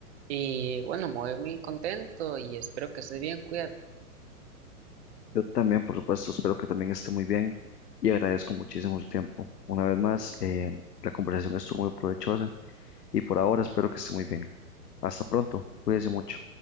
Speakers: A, on the right; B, on the left.
A: Y bueno, me voy muy contento y espero que estés bien, cuídate.
B: Yo también, por supuesto, espero que también esté muy bien y agradezco muchísimo su tiempo. Una vez más, eh, la conversación estuvo muy provechosa y por ahora espero que esté muy bien. Hasta pronto, cuídese mucho.